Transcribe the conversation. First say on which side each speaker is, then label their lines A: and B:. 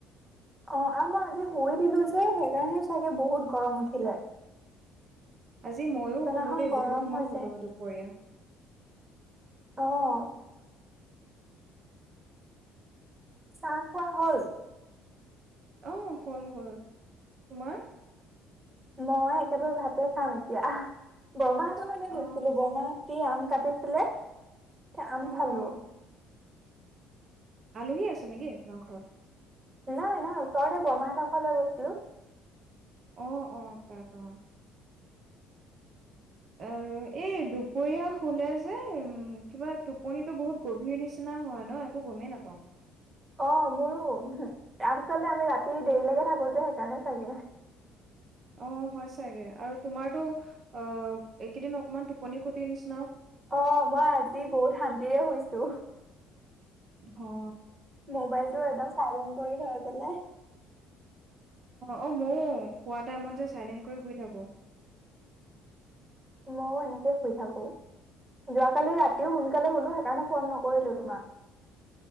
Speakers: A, on the right (about 30°); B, on the right (about 50°).
A: অ আৰু মই আজি কৈ দিলো যে সেইকাৰণেও চাগে বহুত গৰম উঠিলে।
B: আজি মইও
A: বিচনাখন
B: শুলো দেই
A: গৰম
B: বহুত সময়
A: হৈছে।
B: শুলো দুপৰীয়া।
A: অ', চাহ খোৱা হ'ল?
B: অ হল হল। তোমাৰ?
A: মই একেবাৰে ভাতে খাম এতিয়া। অহ বৰমা- গৈছিলো।
B: অ
A: বৰমাহতি আম। কাটিছিলে। এতিয়া আম
B: অ
A: খালো।
B: অ আলহী আছে নেকি তোমাৰ ঘৰত?
A: নাই, নাই। ওচৰতে বৰমাহতৰ ঘৰলৈ গৈছিলো।
B: অ, অ, তাত অ। আৰু এই দুপৰীয়া শুলে যে কিবা টোপনিটো বহুত গভীৰ নিচিনা হয় ন একো গমেই নাপাওঁ।
A: অ মোৰো, তাৰপিছলে আমি ৰাতি দেৰিলৈকে থাকো যে সেইকাৰণে চাগে।
B: অ হয় চাগে আৰু তোমাৰতো অ এইকেইদিন অকমান টোপনি খতি নিচি।
A: অ মই আজি বহুত শান্তিৰে শুইচো।
B: অহ।
A: ম'বাইলটো একদম চাইলেণ্ট কৰি থৈ পেলাই।
B: অ মইয়ো শুৱা টাইমত যে চাইলেন্ট কৰি শুই থাকো।
A: ময়ো এনেকে শুই থাকো। যোৱাকালি ৰাতিও সোনকালে হুলো সেইকাৰণে ফোন নকৰিলো তোমাক।